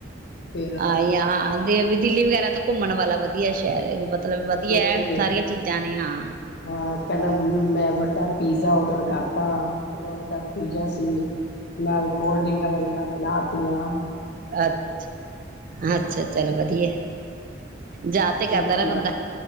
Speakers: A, on the left; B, on the right.
A: ਫੇਰ
B: ਆ ਜਹਾ ਆਂਦੇ ਫਿਰ - ਦਿੱਲੀ ਵਗੈਰਾ ਤਾਂ ਘੁੰਮਣ ਵਾਲਾ ਵਧੀਆ ਸ਼- ਹਿਰ ਮਤਲਬ ਵਧੀਆ
A: ਉੱਥੇ
B: ਐ। ਸਾਰੀਆਂ ਚੀਜ਼ਾਂ ਨੇ ਹਾਂ।
A: ਹਾਂ ਕਹਿੰਦਾ ਮੰਮੀ ਮੈਂ- ਵੱਡਾ ਪੀਜ਼ਾ ਓਡਰ ਕਰਤਾ ਪੂਰਾ ਵੱਡਾ ਪੀਜ਼ਾ ਸੀ। ਨਾਲ ਕੋਲਡਿੰਰਕਾ ਮੰਗਾਈਆਂ। ਲਾਤੀਆਂ।
B: ਅੱਛ ਅੱਛਾ ਚੱਲ ਵਧੀਆ ਯਾਦ ਤੇ ਕਰਦਾ
A: ਫੇਰ ਕਹਿੰਦਾ
B: ਰਏ ਬੰਦਾ